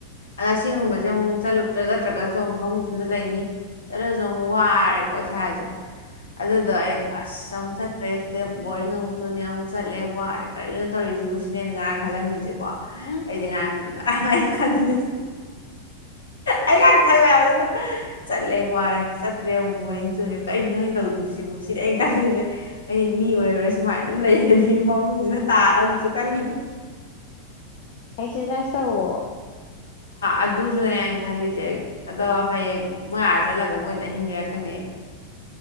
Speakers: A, on the left; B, on the left.
A: ꯑꯗ ꯁꯤꯒꯨꯝꯕꯖꯦ ꯑꯃꯨꯛ ꯆꯠꯂꯨꯇ ꯅꯠꯇ꯭ꯔꯒ ꯆꯣꯡ ꯐꯃꯨꯡꯗ ꯏꯊꯟꯗ ꯂꯩꯅꯤ ꯆꯠꯂꯖꯨ ꯑꯃꯨꯛ ꯋꯥꯔꯦꯀꯣ ꯏꯁꯥꯖꯦ ꯑꯗꯨꯗꯣ ꯑꯩ ꯑꯁ ꯑꯃꯨꯛ ꯆꯠꯇ꯭ꯔꯦ ꯁꯤꯗ ꯕꯣꯔꯤꯡ ꯑꯃꯨꯛ ꯆꯨꯅꯤ ꯑꯃꯨꯛ ꯆꯠꯂꯦ ꯋꯥꯔꯦ ꯀꯔꯤꯅꯣ ꯇꯧꯔꯤꯁꯤꯕꯨ ꯁꯤꯅꯦꯅ ꯉꯔꯥꯡ ꯈꯜꯂꯝꯃꯤꯖꯦꯀꯣ
B: ꯎꯝ
A: ꯑꯩꯖꯦ ꯉꯔꯥꯡ ꯉꯔꯥꯡꯥ ꯑꯩ ꯈꯟꯂꯤꯖꯦ ꯑꯩ ꯉꯔꯥꯡ ꯈꯜꯂꯦ ꯍꯥꯏꯕꯗꯨꯗ ꯆꯠꯂꯦ ꯋꯥꯔꯦ ꯆꯠꯇ꯭ꯔꯦ ꯑꯃꯨꯛ ꯕꯣꯔꯤꯡ ꯆꯨꯔꯦ ꯀꯔꯤ ꯅꯣ ꯑꯩꯅ ꯇꯧꯗꯣꯏꯖꯤꯕꯨ ꯁꯤꯅꯦ ꯑꯩꯅ ꯈꯜꯂꯤꯁꯦ ꯑꯩ ꯃꯤ ꯑꯣꯏꯔꯔꯣꯏ ꯁꯨꯃꯥꯏꯅ ꯑꯗꯨꯝ ꯂꯩꯔꯗꯤ ꯐꯤ ꯃꯃꯨꯡꯖꯤꯗ ꯇꯥꯔ ꯑꯗꯨꯖꯨ ꯀꯜꯂꯤ
B: ꯑꯦꯛꯁꯔꯁꯥꯏꯁ ꯇꯧꯑꯣ
A: ꯑꯗꯨꯖꯨꯅꯦ ꯑꯩꯅ ꯈꯜꯂꯤꯖꯦ ꯑꯗꯣ ꯍꯌꯦꯡ ꯃꯣꯏ ꯑꯥ ꯆꯠꯂꯒ ꯃꯣꯏꯗ ꯑꯍꯤꯡ ꯂꯦꯛꯀꯅꯤ